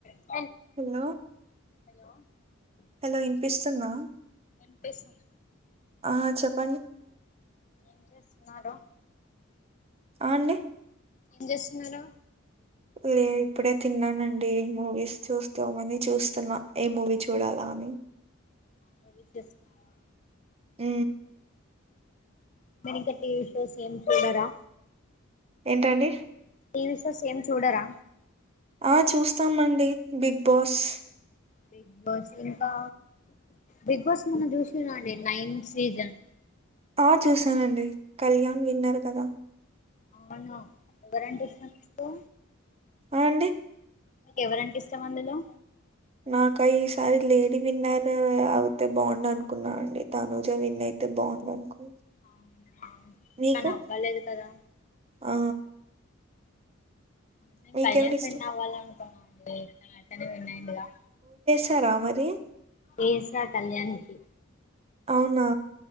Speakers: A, on the left (about 35°); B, on the right (about 30°).
A: Hello
B: hello
A: hello.
B: Hello యిన్పిస్తుందా,
A: వినిపిస్తున్నా
B: ఆ చెప్పండి.
A: ఏం చేస్తున్నారూ.
B: ఆ అండి
A: ఏం జేస్తున్నారు.
B: లే ఇప్పుడే తిన్నానండి మూవీస్ చూస్తా మని చూస్తున్నా ఏ మూవీ చూడాలా ఊ.
A: ఆ మూవీస్ జేస్తున్నార.
B: ఊ.
A: ఆ మరింకా టివి షోస్ ఏం చూడరా.
B: ఏంటండి.
A: టీవీ షోస్ ఏం చూడరా
B: ఆ చూస్తామండి బిగ్ బాస్.
A: బిగ్ బాస్ ఇంకా, బిగ్ బాస్ మొన్న జూసిరా అండి నైన్ సీజన్.
B: ఆ చూసానండి కళ్యాణ్ విన్నారు కదా.
A: అవును ఎవరంటే ఇష్టం మీకు.
B: ఆండి.
A: నీకు ఎవరంటే ఇష్టం అందులో
B: నాకు ఈసారి లేడీ విన్నర్ అయితే బాగుండు అనుకున్నానండి తనుజా విన్ అయి అంటే బాగుందనుకో
A: అవునా
B: నీకు
A: తను అవ్వలేదు కదా
B: ఆ
A: నేను
B: మీకెవరిష్టం
A: కళ్యాణ్ విన్ అవ్వాలీ అనుకున్నా అతనే విన్ అయ్యిండుగా
B: తరా మరి.
A: ఏసా కళ్యాణికి.
B: అవునా.